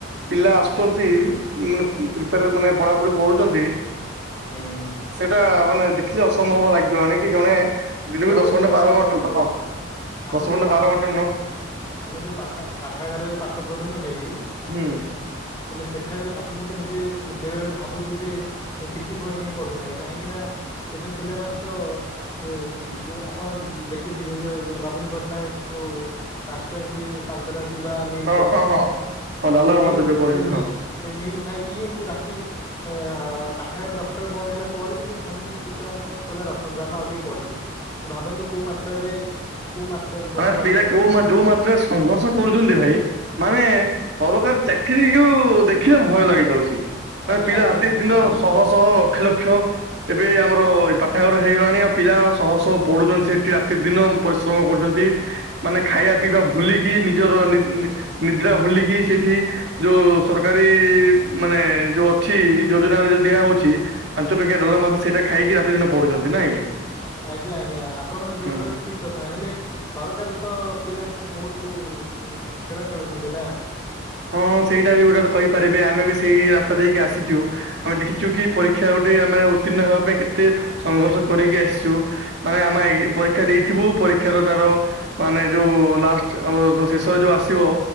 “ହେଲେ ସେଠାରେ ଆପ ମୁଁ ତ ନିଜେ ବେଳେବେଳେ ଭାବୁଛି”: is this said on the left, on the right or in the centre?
Left